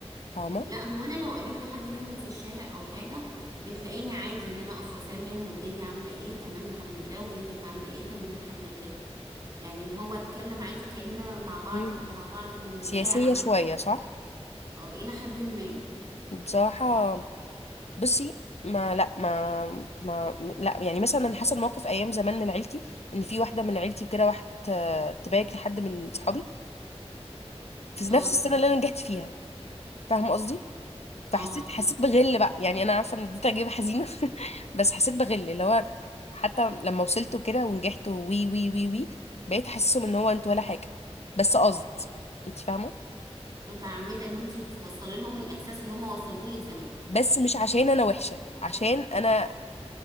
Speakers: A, on the left; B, on the right.
A: فاهمه
B: لا هو انا لو قابلت حد منهم في الشارع او حاجة بتلاقيني عادي ان انا اقف واسلم والدنيا عاملة ايه تمام الحمد لله وبنتك عاملة ايه تمام الحمد لله يعني اللي هو اتكلم عادي كأننا مع بعض
A: مم.
B: كنا مع بعض من
A: سياسيه
B: ساعة مثلا
A: شويه صح
B: اه الى حد ما
A: بصراحه بصي ما لا ما ما لا يعني مثلا انا حصل موقف ايام زمان من عيلتي ان في واحده من عيلتي وكده واحد آه، تبارك لحد من صحابي في نفس
B: اه
A: السنه اللي انا نجحت فيها فاهمه قصدي
B: اه
A: فحسيت حسيت بغل بقى يعني انا عارفه ان دي تجربه حزينه <laughs> بس حسيت بغل اللي هو حتى لما وصلت وكده ونجحت وي وي وي وي بقيت احسسهم ان هو انت ولا حاجه بس قصد انت فاهمه
B: متعمدة ان انتي توصلي لهم الاحساس اللي هما وصلوه لك زمان
A: بس مش عشان انا وحشه عشان انا